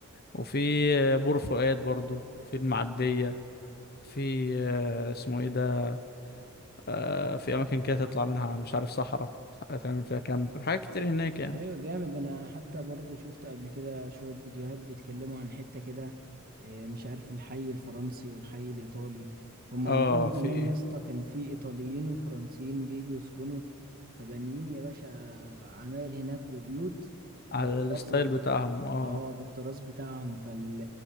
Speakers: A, on the left (about 45°); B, on the right (about 45°).
A: وفي آه، بور فؤاد برضو في المعديه في آه، اسمه ايه ده آه، في اماكن كده تطلع منها على مش عارف صحراء مش عارف تعمل فيها كامب حاجات كتير هناك يعني
B: ايوه جامد انا حتى برضو شفت قبل كده شوية فيديوهات بيتكلموا عن حتة كده إيه، مش عارف الحي الفرنسي والحي الايطالي هم عندهم
A: اه
B: زمان
A: في
B: يا اسطى كان في ايطاليين وفرنسيين بيجوا يسكنوا فبانيين يا باشا عماير هناك وبيوت
A: على
B: بالطراز
A: الستايل
B: ال-
A: بتاعهم اه
B: اه بالطراز بتاعهم فال